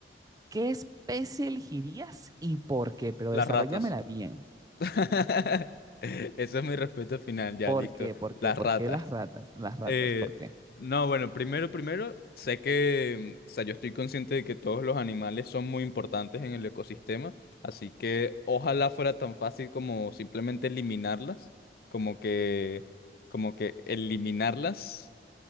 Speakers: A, on the right; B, on the left.
A: ¿qué especie elegirías y por qué? Pero
B: Las
A: desarróllamela
B: ratas.
A: bien.
B: <laughs> Eso es mi respeto final, ya,
A: ¿Por
B: listo.
A: qué? ¿Por
B: Las
A: qué? ¿Por
B: ratas.
A: qué las ratas? Las ratas,
B: Eh,
A: ¿por qué?
B: no, bueno, primero, primero, sé que, mm, o sea, yo estoy consciente de que todos los animales son muy importantes en el ecosistema, así que ojalá fuera tan fácil como simplemente eliminarlas, como que, como que eliminarlas